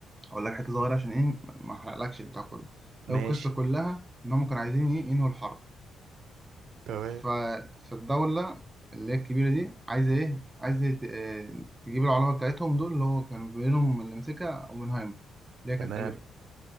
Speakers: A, on the right (about 15°); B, on the right (about 70°).
A: اقول لك حته صغيره عشان ايه ما احرقلكش البتاع كله
B: ماشي
A: هي القصه كلها ان هم كانوا عايزين ايه ينهوا الحرب
B: تمام
A: ففي الدوله اللي هي الكبيره دي عايزه ايه عايزه ت- آه، تجيب العلماء بتاعتهم دول اللي هو كان بينهم اللي ماسكها اوبنهايمر اللي هي كانت
B: تمام
A: امريكا